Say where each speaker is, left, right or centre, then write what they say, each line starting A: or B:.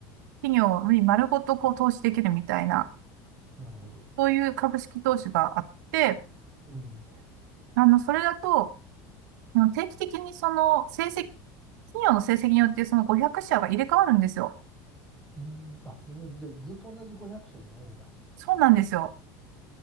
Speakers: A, on the right; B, in the centre.
A: 企業に丸ごとこう投資できるみたいな、
B: なるほど。
A: そういう株式投資があって、で、
B: うん、
A: あの、それだと、あの定期的にその成績、企業の成績によってその500社が入れ替わるんですよ。
B: うん、あ、なるほど。じゃあ、ずっと同じ500社じゃないんだ。
A: そうなんですよ。